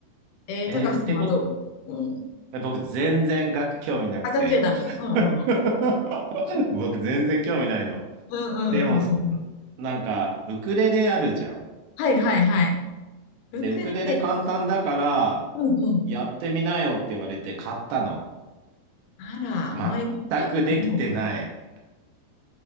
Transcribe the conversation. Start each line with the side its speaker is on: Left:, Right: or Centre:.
Left: えー、
Right: え、
Left: 高橋さんはどううん。
Right: えーってこと、え僕全然楽器興味なくて。
Left: あ、楽器はダメ。
Right: <laughs>
Left: うんうんうん。
Right: 僕全然興味ないの。
Left: うんうんうんうん。
Right: でも、なんか、ウクレレあるじゃん。
Left: はいはいはい。ウクレレ。
Right: で、ウクレレ簡単だから、
Left: うんうん。
Right: やってみなよって言われて買ったの。
Left: あら、
Right: 全くできてない。
Left: マイ楽器。うん